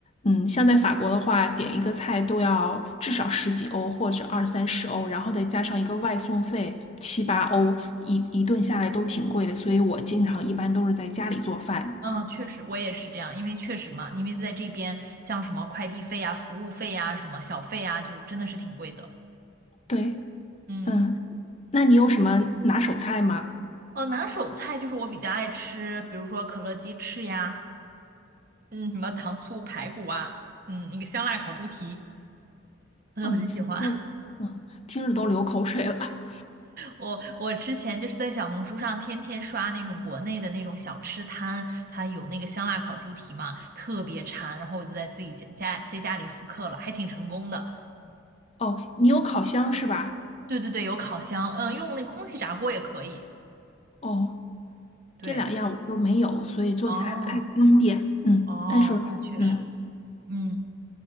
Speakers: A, on the left; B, on the right.
A: 嗯，像在法国的话，点一个菜都要至少十几欧或者二三十欧，然后再加上一个外送费七八欧，一一顿下来都挺贵的。所以我经常一般都是在家里做饭。
B: 嗯，确实，我也是这样，因为确实嘛，因为在这边，像什么快递费呀、服务费呀、什么小费呀，就真的是挺贵的。
A: 对，
B: 嗯，
A: 嗯，那你有什么拿手菜吗？
B: 哦，拿手菜就是我比较爱吃，比如说可乐鸡翅呀，嗯，什么糖醋排骨啊，嗯，那个香辣烤猪蹄，我都很喜欢。
A: 哦，你做，嗯，听着都流口水了。
B: 我我之前就是在小红书上天天刷那种国内的那种小吃摊，它有那个香辣烤猪蹄嘛，特别馋，然后我就在自己家家在家里复刻了，还挺成功的。
A: 哦，你有烤箱是吧？
B: 对对对，有烤箱，嗯，用那空气炸锅也可以。
A: 哦。
B: 对，
A: 这两样我都没有，所以做起来不太方便。
B: 哦
A: 嗯，
B: 哦，
A: 但是嗯，
B: 那确实，嗯，